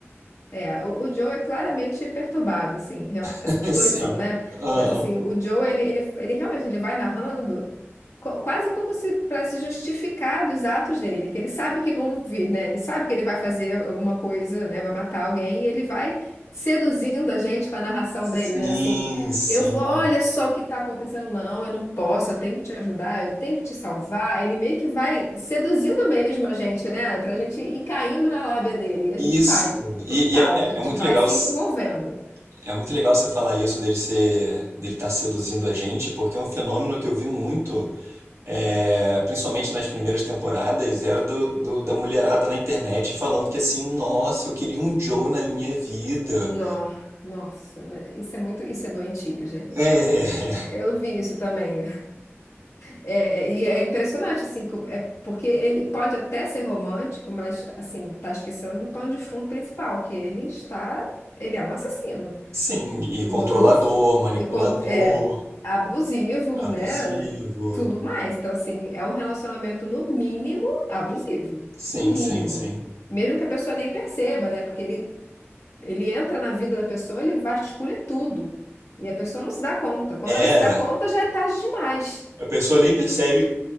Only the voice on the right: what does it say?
<laughs>
Sim.
Aham.
Sim,
sim.
Isso.
E,
e é, é-
é muito
legal,
s-
é muito legal você falar isso dele ser, dele estar seduzindo a gente, porque é um fenômeno que eu vi muito, é, principalmente nas primeiras temporadas, era do, do- da mulherada na internet falando que assim, nossa, eu queria um Joe na minha vida.
É,
sim, e
controlador,
manipulador,
abusivo.
Sim,
sim, sim.
É,
a pessoa nem percebe